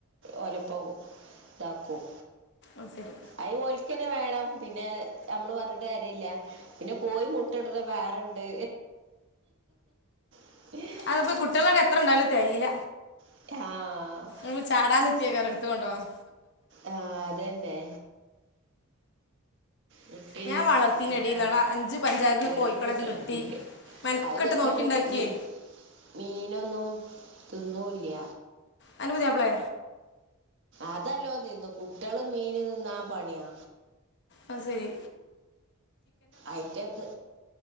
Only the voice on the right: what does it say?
ഓലപ്പം താക്കും
അയ് ഓല്ക്കനെ വേണം പിന്നെ നമ്മള് പറഞ്ഞിട്ട് കാര്യല്ല പിന്ന കോയി മുട്ട ഇടണ വേറണ്ട് <unintelligible>
ആഹ്
ആ അതന്നെ മുട്ടിയും
തൊക്കെ
ഓരോ
കുട്ടിയെൾക്കും
കുട്ടി
അത് ചാരിച്ചാട്ട്
മി മീനൊന്നും തിന്നുല്യ
അത് നല്ലോ തിന്നും കുട്ട്യേള് മീന് തിന്നാ പണിയാ
അയിറ്റേക്ക്